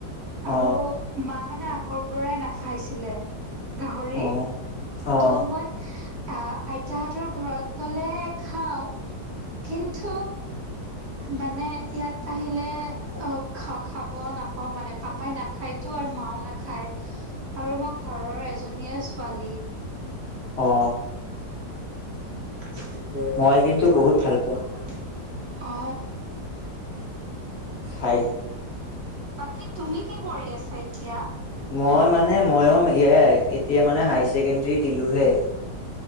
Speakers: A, on the left; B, on the right.
A: অ।
B: আৰু মা মানে আগৰ পৰাই নাখাইছিলে। গাহৰি।
A: অ' অ'
B: ত' মই আ আইতাহঁতৰ ঘৰত গলে খাওঁ। কিন্তু
A: <inaudible>
B: মানে ইয়াত আহিলে অ খা খাব নাপাওঁ মানে পা পাপাই নাখায়তো আৰু মাও নাখায়।
A: <inaudible>
B: আৰু মই ঘৰৰ এজনীয়ে ছোৱালী।
A: অ।
B: ঠিকে আছে।
A: মই
B: <unintelligible>
A: কিন্তু বহুত ভাল পাওঁ
B: অ।
A: খাই
B: বাকী তুমি কি কৰি আছা এতিয়া?
A: মই মানে মইও এয়াই এতিয়া মানে হাই ছেকেণ্ডাৰী দিলোহে।